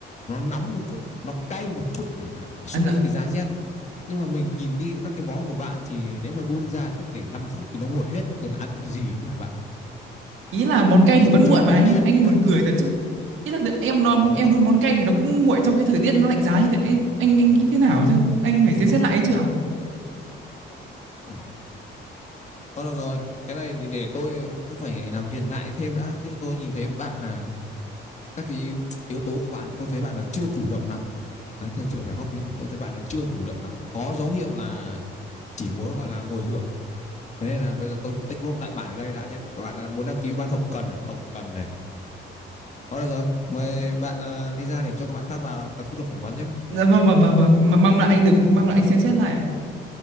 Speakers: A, on the left; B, on the right.
A: nó nóng một chút, nó cay một chút để gọi là xua
B: à, dạ.
A: đi cái giá rét. Nhưng mà mình nhìn đi các cái món của bạn thì nếu mà đun ra chắc để 5 phút thì nó nguội hết, còn ăn cái gì nữa hả bạn?
B: ý là món cay thì
A: Thôi
B: vẫn
A: mình cho
B: nguội
A: bạn
B: mà
A: một
B: anh
A: cơ
B: anh
A: vậy
B: buồn
A: đấy.
B: cười thật chứ ý là giờ em nói
A: Không,
B: em
A: một-
B: đun món cay thì nó cũng nguội trong cái thời tiết nó lạnh giá như thế anh anh, anh nghĩ thế nào chứ anh phải xem xét lại ấy chứ ạ
A: ừ. Thôi được rồi, cái này thì để tôi cũng phải làm việc lại thêm đã chứ tôi nhìn thấy bạn là các cái yếu tố của bạn tôi thấy bạn là chưa chủ động lắm đấy tôi phải góp ý là tôi thấy bạn là chưa chủ động lắm có dấu hiệu là chỉ muốn gọi là ngồi hưởng thế nên là bây giờ tôi cứ tích lốt đại bạn ở đây đã nhé Các bạn à, muốn đăng ký ban hậu cần à? hậu cần này thôi được rồi mời bạn à, đi ra để cho các bạn khác vào tập tiếp tục phỏng vấn nhé
B: dạ, vâng vâng vâng vâng Mà- mong là anh được mong là anh xem xét lại ạ